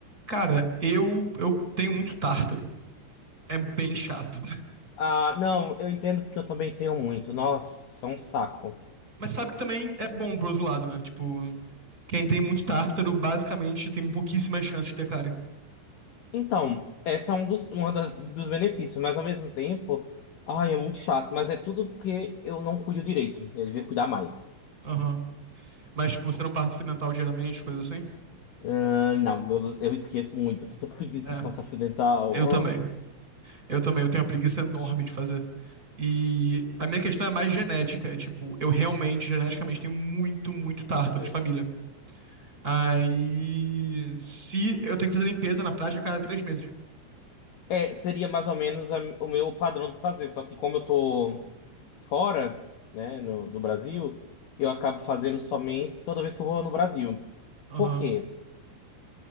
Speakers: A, on the right; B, on the left.
A: Cara, eu, eu tenho muito tártaro. É bem chato.
B: Ah, não, eu entendo porque eu também tenho muito. Nossa, é um saco.
A: Mas sabe que também é bom pro outro lado, né? Tipo, quem tem muito tártaro, basicamente, tem pouquíssimas chances de ter cárie.
B: Então, esse é um dos, uma das, dos benefícios, mas ao mesmo tempo, ai, é muito chato, mas é tudo porque eu não cuido direito. Eu devia cuidar mais.
A: Aham. Mas, tipo, você não passa fio dental diariamente, coisa assim?
B: Ah, não, eu, eu esqueço muito. Eu Tô tanto preguiça
A: É,
B: de passar fio dental.
A: eu
B: Oh.
A: também. Eu também. Eu tenho uma preguiça enorme de fazer. E a minha questão é mais genética. É tipo, eu realmente, geneticamente, tenho muito, muito tártaro
B: Uhum.
A: de família. Aí. Se eu tenho que fazer limpeza na prática a cada três meses.
B: É, seria mais ou menos a- o meu padrão de fazer, só que como eu tô fora, né, no, do Brasil, eu acabo fazendo somente toda vez que eu vou no Brasil.
A: Aham.
B: Por quê?